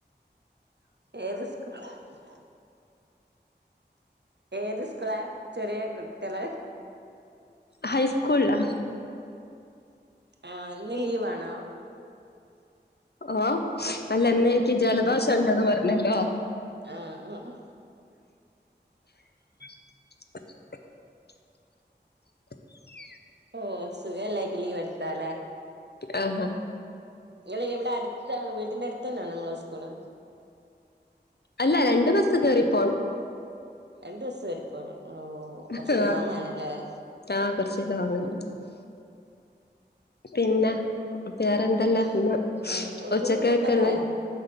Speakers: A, on the right; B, on the left.
A: ഏതു സ്ക്കൂ <unintelligible> ഏത് സ്കൂള ചെറിയ കുട്ടികള്
B: ഹൈസ്കൂള് ലാ.
A: ആ ഇന്ന് ലീവാണോ?
B: ഓ അല്ലനിക്ക് ജലദോഷ ഉണ്ടന്ന് പറഞ്ഞല്ലോ.
A: ആഹ ആഹ്
B: <inaudible> <inaudible>
A: ഓ സുഖല്ലായിട്ട് ലീവ് എടുത്താലേ.
B: ആഹ ഹാ.
A: ങ്ങള് വിടെ അടുത്ത വീടിന്റെ അടുത്തന്നാണോ ങ്ങളെ സ്കൂള്?
B: അല്ല രണ്ട് ബസ് കയറിപോണം.
A: രണ്ട് ബസ് കേറി പോണം ഓ
B: ങ്‌ഹ
A: കൊറച്ച് ലോങ് ആണല്ലേ
B: ആ കുറച്ച് ലോങ്ങാണ്. പിന്ന, വേറെന്തല്ല
A: പിന്നെ
B: ന്ന്
A: വേറെന്താ ഉച്ചക്കത്തെ
B: ഉച്ചക്കായക്കൊള്ളേ?
A: ഫുഡൊക്കെ ആയോ